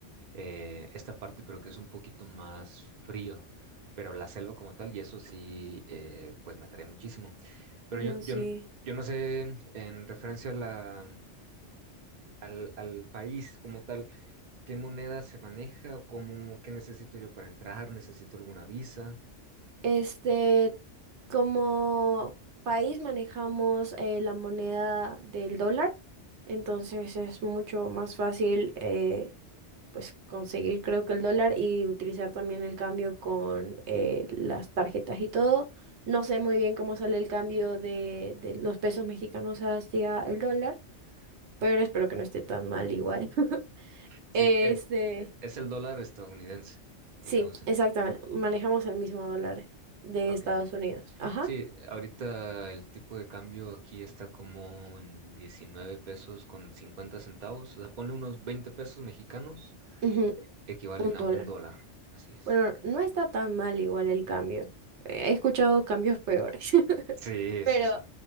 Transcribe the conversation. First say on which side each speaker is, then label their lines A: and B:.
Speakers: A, on the right; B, on the right.
A: eh, esta parte, pero que es un poquito más frío, pero la selva como tal, y eso sí, eh, pues me atrae muchísimo. Pero
B: no
A: yo, yo,
B: sé.
A: yo no sé, en referencia a la, al, al país como tal, qué moneda se maneja o cómo, qué necesito yo para entrar, necesito alguna visa.
B: Este, como país manejamos eh, la moneda del dólar, entonces es mucho más fácil eh, pues conseguir creo que el dólar y utilizar también el cambio con eh, las tarjetas y todo. No sé muy bien cómo sale el cambio de, de los pesos mexicanos hacia el dólar, pero espero que no esté tan mal igual. <laughs>
A: Sí,
B: Este,
A: eh, eh, es el dólar estadounidense
B: sí,
A: el que usan.
B: exactamente, manejamos el mismo dólar de
A: Ok.
B: Estados Unidos. Ajá.
A: Sí, ahorita el tipo de cambio aquí está como en 19 pesos con 50 centavos. O sea, pone unos 20 pesos mexicanos,
B: Ujú.
A: equivalen
B: Un
A: a
B: dólar.
A: un dólar. Así es.
B: Bueno, no está tan mal igual el cambio. He escuchado cambios peores. <laughs>
A: Sí,
B: Pero
A: sí, sí.